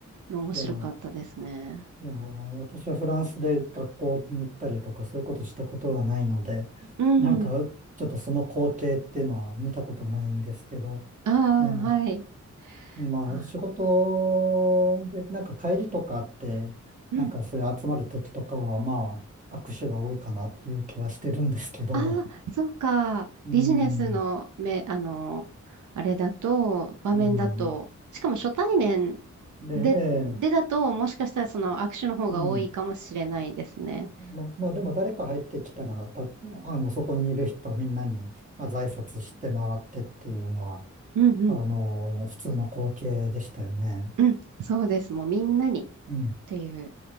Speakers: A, on the right; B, on the right.
A: 面白かったですね。
B: いや、いや、私はフランスで学校に行ったりとか、そういうことしたことがないので、
A: うん、
B: なんか、ちょっとその光景っていうのは見たことないんですけど、
A: ああ、
B: ね
A: はい。
B: まあ、
A: あ、
B: 仕事で、なんか帰りとかあって、
A: うん。
B: なんかそういう集まる時とかは、まあ、握手が多いかなっていう気はしてるんですけど、
A: ああ、そうか。
B: うん、
A: ビジネスのめ、あの、あれだと、場面だと、
B: うん。
A: しかも初対面
B: で、
A: で、
B: ええ、
A: でだと、もしかしたらその握手の方が多いかもしれないですね。
B: うん。ま、まあ、でも誰か入ってきたら、た、あの、そこにいる人みんなに、まあ、在拶して回ってっていうのは、
A: うんうん。
B: あの、普通の光景でしたよね。
A: うん、そうです。もうみんなに
B: うん、
A: っていう、